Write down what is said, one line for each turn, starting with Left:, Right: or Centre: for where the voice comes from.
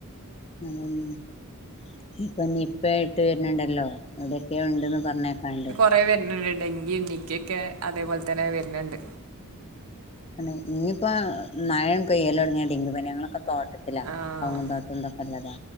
Left: <unintelligible> ഇപ്പൊ നിപ്പ ആയിട്ട് വെര്ന്ണ്ടല്ലോ എവ്ടെക്കെയോ ഇണ്ട്ന്ന് പറഞ്ഞേക്കാണ്ട്
Right: പ്പഹ് വെര്ന്ണ്ട്. ഡെങ്കിയും നിക്കെക്കെ അതേപോൽതന്നെ വെര്ന്ണ്ട്.
Left: ക്ക്ണ് ഇഞ്ഞിപ്പോ മഴേണ് പെയ്യലൊട്ങ്യാ ഡെങ്കി പനി ഞങ്ങളൊക്കെ തോട്ട ത്തിലാ.
Right: ആഹ്
Left: കവുങ്ങും തോട്ടം ഇതൊക്കെല്ലതാ